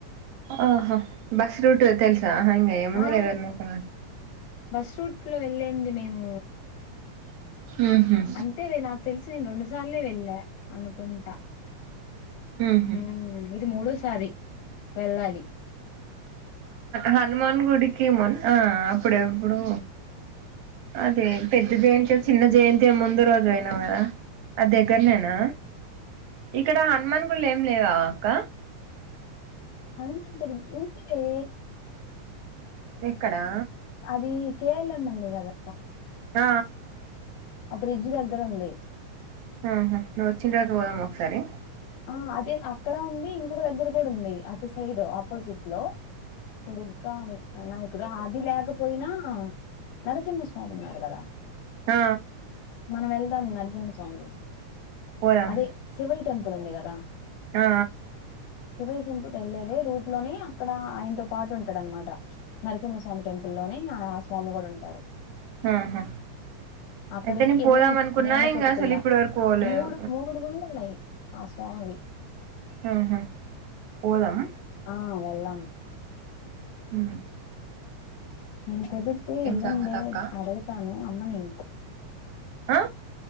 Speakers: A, on the right (about 70°); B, on the left (about 85°).
A: ఆహా బస్ రూట్ తెల్సా హ ముందలేవారు
B: ఆ
A: నకు
B: బస్ రూట్ లో వెళ్ళింది మేము
A: ఉహ
B: అంతేలే నాకు తెలిసి నేను రెండు సార్లే వెళ్ళ అనుకుంటా
A: ఉహు
B: ఉ ఇది మూడోసారి వెళ్ళాలి
A: హనుమాన్ గుడికి మొన్న అప్పుడెప్పుడు అదే పెద్ద జయంతి చిన్న జయంతి ముందు రోజు పోయినవ్ కదా అ దగ్గరనేనా ఇక్కడ హనుమాన్ గుళ్ళు ఏం లేవా అక్క
B: హనుమతుడు ఉందిరే
A: ఎక్కడా
B: అది కే ఎల్ ఎం ఉంది కదా
A: ఆ
B: ఆ బ్రిడ్జ్ దగ్గర ఉంది
A: ఆహా నువ్వు వచ్చిన రోజు పోదాం ఒకసారి
B: ఆ అది అక్కడ ఉంది ఇంకొక దగ్గర కూడా ఉంది అటు సైడ్ ఆపోజిట్ లో పొడుగా అయినా ఇక్కడ హది లేకపోయినా నరసింహస్వామి ఉన్నారు కదా
A: ఆ
B: మనం వెళ్దాం నరసింహస్వామిది
A: పోదాం
B: అదే శివయ్య టెంపుల్ ఉంది కదా
A: ఆ
B: శివయ్యసింపు వెళ్ళలేదే రూట్ లోని అక్కడ ఆయనతో పాటు ఉంటాడ అనమాట నరసింహస్వామి టెంపుల్ లోని ఆ స్వామి కూడా ఉంటారు
A: ఆహా
B: అక్కడికి
A: అయితే నేను
B: వెళ్ళాం
A: పోదాం అనుకున్నా
B: నేను
A: ఇంకా
B: పొట్టిపిల్ల
A: అసలు ఇప్పుడు వరకు పోలేదు
B: మూడు మూడు గుళ్ళు ఉన్నాయి ఆ స్వామివి
A: ఆహా పోదాం
B: ఆ వెళ్ళాం
A: ఉ
B: నేను కుదుర్పి ఎల్లుండే
A: సంగతి అక్క
B: అడుగుతాను అమ్మని
A: ఆ